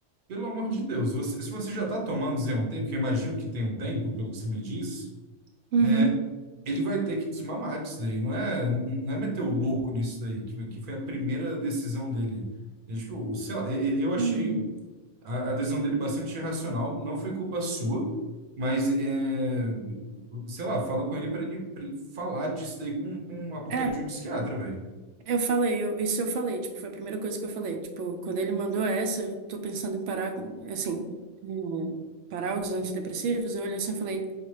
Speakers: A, on the right; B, on the right.
A: pelo amor de Deus, você- se você já está tomando Zé um tempo, que eu imagino que tem um tempo, pelo que você me diz,
B: uhum,
A: é, ele vai ter que desmamar disso daí. Não é, não é meter o louco nisso daí, que, que foi a primeira decisão dele. Eu, tipo, sei lá, e- e- eu achei
B: uhum.
A: a, a decisão dele bastante irracional, não foi culpa sua, mas, é, sei lá, fala com ele para ele, para ele falar disso daí com, com a porcaria
B: É.
A: de um psiquiatra, velho.
B: Eu falei, eu- isso eu falei, tipo, foi a primeira coisa que eu falei. Tipo, quando ele mandou essa, eu tô pensando em parar, com- assim, hum, parar os antidepressivos, eu olhei assim e falei,